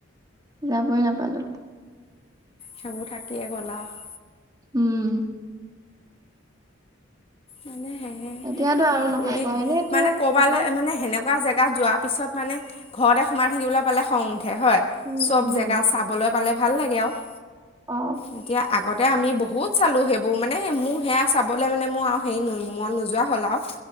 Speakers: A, on the right; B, on the left.
A: যাবই নাপালোঁ।
B: যাব থাকেয়েই গ'ল আৰু।
A: উম।
B: মানে সে
A: এতিয়াতো আৰু নহয়
B: ফুৰি
A: বাৰু এনেইতো
B: মানে কৰবালৈ
A: একো
B: মানে সেনে। এনেকুৱা জেগাত যোৱাৰ পিছত মানে ঘৰতে সোমাই থাকিবলৈ পালে খং। উঠে হয়
A: উম
B: চব
A: উম
B: জেগা চাবলৈ পালে ভাল লাগে আৰু।
A: অহ।
B: এতিয়া আগতে আমি বহুত চালোঁ সেইবোৰ মানে মোৰ সেয়া চাবলৈ মানে মোৰ আওঁ। হেৰি মন নোযোৱা হ'ল আৰু